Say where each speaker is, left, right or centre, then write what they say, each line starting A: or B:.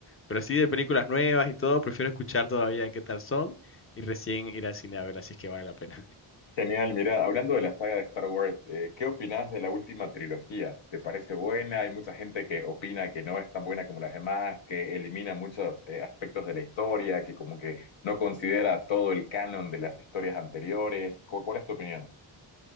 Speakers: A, on the left; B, on the left.
A: Pero así de películas nuevas y todo, prefiero escuchar todavía qué tal son y recién ir al cine a verla, así es que vale la pena. <laughs>
B: Genial, mira, hablando de la saga de Star Wars, eh, ¿qué opinás de la última trilogía? ¿Te parece buena? Hay mucha gente que opina que no es tan buena como las demás, que elimina muchos eh, aspectos de la historia, que como que no considera todo el canon de las historias anteriores. ¿Cu- ¿Cuál es tu opinión?